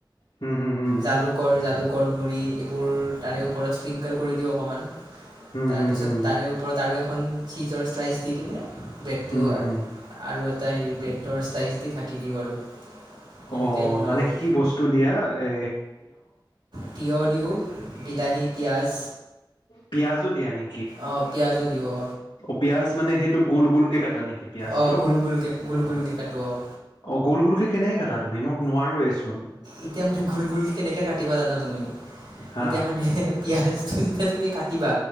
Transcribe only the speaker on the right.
জালুকৰ, জালুক কৰ গুৰি এইবোৰ তাৰে ওপৰত স্পিংকল কৰি দিওঁ অকণমান।
তাৰ পিছত
তাৰে ওপৰত আৰু এখ এখন চিজৰ শ্লাইচ দি কিনে পেতটো
আৰু
আৰু এটা হেৰি বেটৰ স্লাইজ দি ঢ়াকি দিওঁ। আৰু সেনেকেই
বনাওঁ
আৰু
তিয়হ দিওঁ বিলাহী, পিঁয়াজ
অ' পিয়াজো। তিঁয়হ
অঁ গোল গোলকৈ গোল গোলকৈ কাটো অঁ
এতিয়া মানে গোল গোল কে কেনেকে কাটিবা জানা তুমি
এতিয়া মানে? পিঁয়াজটো যেতিয়া তুমি কাটিবা